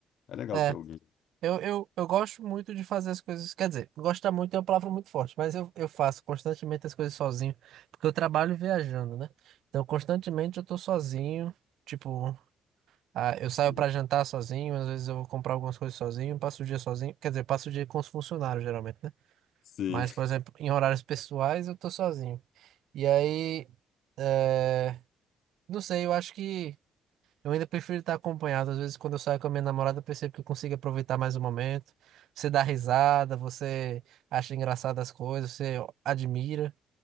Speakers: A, on the left; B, on the right.
A: É legal
B: É,
A: ter alguém.
B: eu, eu, eu gosto muito de fazer as coisas. Quer dizer, gostar muito é uma palavra muito forte, mas eu, eu faço constantemente as coisas sozinho, porque eu trabalho viajando, né? Então, constantemente eu tô sozinho. Tipo, ah, eu
A: Sim.
B: saio pra jantar sozinho, às vezes eu vou comprar algumas coisas sozinho, passo o dia sozinho. Quer dizer, passo o dia com os funcionários, geralmente, né?
A: Sim.
B: Mas, por exemplo, em horários pessoais eu tô sozinho. E aí, é, não sei, eu acho que. Eu ainda prefiro estar acompanhado. Às vezes, quando eu saio com a minha namorada, eu percebo que eu consigo aproveitar mais o momento. Você dá risada, você acha engraçado as coisas, você admira.